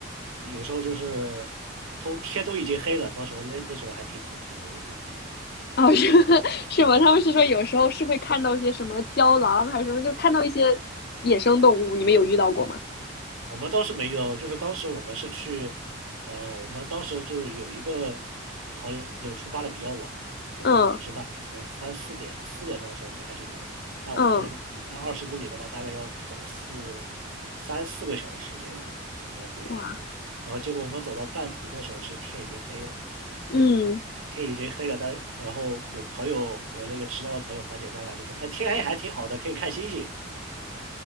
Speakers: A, on the right; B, on the left.
A: 有时候就是都天都已经黑了，到时候那那时候还挺恐怖的。我最近
B: 哦，是 <laughs> 是吗？他们是说有时候是会看到一些什么郊狼还是什么，就看到一些野生动物，你们有遇到过吗？
A: 我们倒是没有，就是当时我们是去，呃，我们当时就是有一个朋友出发的比较晚，我们导致大概三四点四点钟的时候才开始走，
B: 嗯
A: 但我们那个要二十公里的话，
B: 嗯，
A: 大概要走四三四个小时这样才能回来。
B: 哇，
A: 然后结果我们走到半途的时候，其实天已经黑了。
B: 嗯，
A: 天已经黑了，但是然后我朋友，我那个迟到的朋友缓解尴尬就说：“哎，天黑还挺好的，可以看星星。”